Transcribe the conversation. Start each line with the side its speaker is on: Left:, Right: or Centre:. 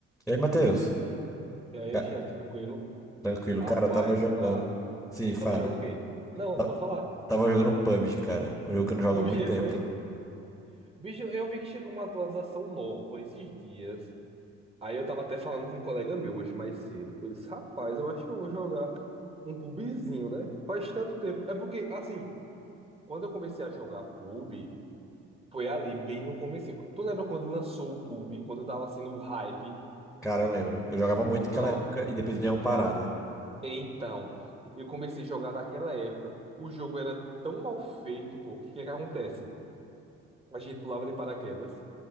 Centre: E aí, Matheus?
Right: E aí,
Centre: Ca-
Right: chefe, tranquilo?
Centre: Tranquilo,
Right: Rapaz,
Centre: cara, eu tava jogando.
Right: ah,
Centre: Sim, fala.
Right: tava jogando o quê? Não,
Centre: Ta-
Right: pode falar.
Centre: Tava jogando um PUBG, cara. Um jogo que eu não jogo
Right: PUBG
Centre: há muito tempo.
Right: foi? Bicho, eu vi que chegou uma atualização nova esses dias. Aí eu tava até falando com um colega meu hoje mais cedo, que eu disse, rapaz, eu acho que eu vou jogar um PUBGzinho, né? Faz tanto tempo. É porque, assim, quando eu comecei a jogar PUB, foi ali, bem no comecinho. Tu lembra quando lançou o PUB, quando tava sendo o hype?
Centre: Cara, eu lembro. Eu jogava muito naquela
Right: Pronto.
Centre: época e depois deu uma
Right: Pronto,
Centre: parada.
Right: Então, eu comecei a jogar naquela época. O jogo era tão mal feito, pô. O que que que acontece? A gente pulava de paraquedas.